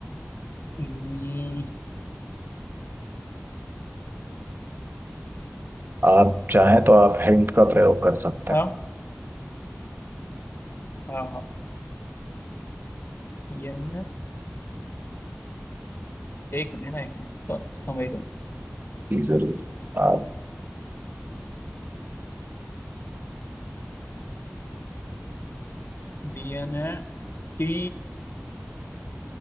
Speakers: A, on the left (about 65°); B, on the right (about 60°).
A: हम्म,
B: आप चाहें तो आप हिंट का प्रयोग कर सकते
A: हाँ
B: हैं
A: हाँ हाँ डीएनए एक मिनट ना, एक मिनट थोड़ा समय दो
B: जी जरूर आप
A: डीएनए टी